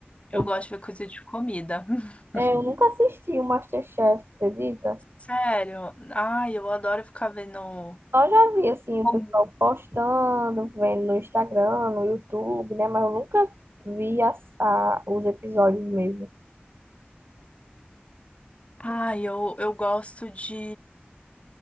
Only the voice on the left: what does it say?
Eu
gosto de ver coisa de comida. <laughs>
Sério? Ai, eu adoro ficar vendo.
Como?
Ai, eu, eu gosto de,